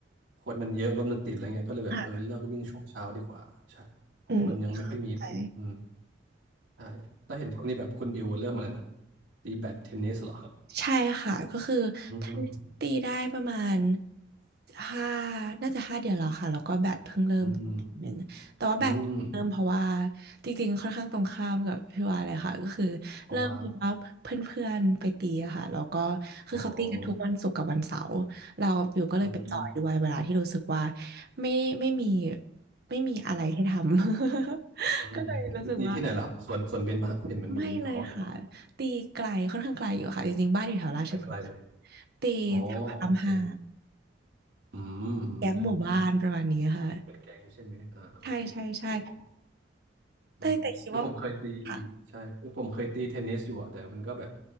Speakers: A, on the right; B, on the right.
A: คนมันเยอะรถมันติดอะไรเงี้ยก็เลยแบบเออเลิกวิ่งช่วงเช้าดีกว่าใช่
B: ค่ะอืม
A: คนยังไม่ค่อยมีอืม
B: ใช่
A: ใช่แต่เห็นช่วงนี้แบบคุณบิวเริ่มอะไรนะตีแบดเทนนิสเหรอครับ
B: ใช่ค่ะก็คือทำนิสตีได้ประมาณ
A: อืม
B: ห้าน่าจะห้าเดือนแล้วค่ะแล้วก็แบดเพิ่งเริ่มเดือนหนึ่งแต่ว่าแบดเริ่มเพราะว่า
A: อืมอืม
B: จริงๆค่อนข้างตรงข้ามกับพี่วาเลยค่ะก็คือเริ่มเพราะว่าเพื่อนๆไปตีอะค่ะแล้วก็
A: เพราะว่า
B: คือเขาตีกันทุกวันศุกร์กับวันเสาร์เราอยู่ก็เลยไปจอยด้วยเวลาที่รู้สึกว่า
A: อ๋ออืม
B: ไม่ไม่มีไม่มีอะไรให้ทำ <laughs>
A: อืม
B: ก็เลยรู้สึกว่า
A: ดีที่ไหนล่ะครับส่วนส่วนเบนมาเห็นมันมีขอดู
B: ไม่เลยค่ะตีไกลค่อนข้างไกลอยู่ค่ะจริงๆบ้านอยู่แถวราชพฤกษ์ค่ะ
A: ไปไกลเลย
B: ตีแถวพระรามห้า
A: อ๋อ โอเคอืมอืมโอเค
B: แก๊งหมู่บ้านประมาณนี้ค่ะ
A: เปิดแกงใช่ไหมอ่าโอเคคือผม
B: ใช่ใช่ใช่
A: อืมคือผมเคยตี
B: แต่แต่คิดว่ามันค่ะ
A: ใช่คือผมเคยตีเทนนิสอยู่อะแต่มันก็แบบ